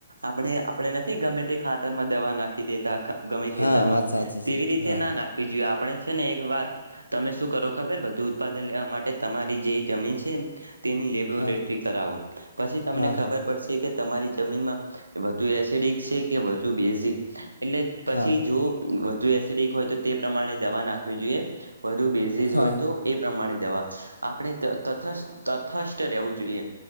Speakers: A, on the right; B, on the left.
A: આપણે આપણે નથી ગમે તે ખાતરમાં દવા નાખી દેતા ગમે એ ખેતરમાં
B: હા વાત સાચી
A: તેવી
B: છે
A: રીતે
B: હા
A: ના નાખ વી જોઈએ આપણે છે ને એકવાર તમે શું કરો ખબર વધુ ઉત્પાદન લેવા માટે તમારી જે જમીન છે તેની લે બોરેટરી
B: હા
A: કરાવો. પછી તમને
B: હા
A: ખબર
B: હા
A: પડશ શે કે તમારી જમીનમાં વધુ એસિડિક છે કે વધુ બેઝિક? એટલે પછી
B: હા
A: જો વધુ એસિડિક હોય તો તે પ્રમાણે દવા નાખવી જોઈએ. વધું બેઝીઝ
B: હા
A: હોય તો એ પ્રમાણે દવા આપણે તથ તથસ્થ રહેવું જોઈએ.